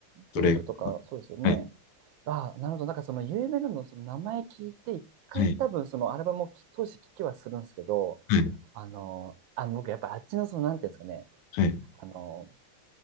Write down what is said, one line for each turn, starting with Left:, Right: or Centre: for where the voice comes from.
Left: ドレイクとか。
Right: ドレイクとか、そうですよね。
Left: はい、
Right: ああ、なるほど。なんかその有名なの、その名前聞いて、一回多分そのアルバムをき当時聞きはするんですけど、
Left: はい、はい、
Right: あの、あの僕やっぱあっちのその、なんていうんですかね。
Left: はい、
Right: あの、